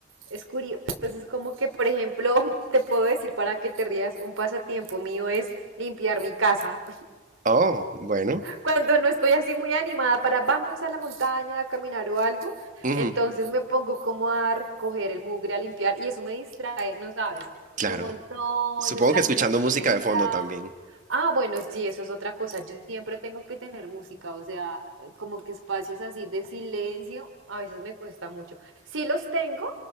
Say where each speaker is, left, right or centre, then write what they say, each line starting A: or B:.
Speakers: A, on the right (about 85°); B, on the right (about 40°).
A: es curioso. Entonces, como que, por ejemplo, <laughs> te puedo decir para que te rías, un pasatiempo mío es limpiar mi casa
B: Oh, bueno.
A: cuando no estoy así muy animada para vamos a la montaña a caminar o algo,
B: ujú,
A: entonces me pongo como a recoger el mugre, a limpiar y eso me distrae, no sabes,
B: Claro.
A: un montón,
B: Supongo
A: me tranquiliza.
B: que escuchando música de fondo también.
A: Ah, bueno, sí, eso es otra cosa. Yo siempre tengo que tener música, o sea, como que espacios así de silencio, a veces me cuesta mucho. Sí los tengo,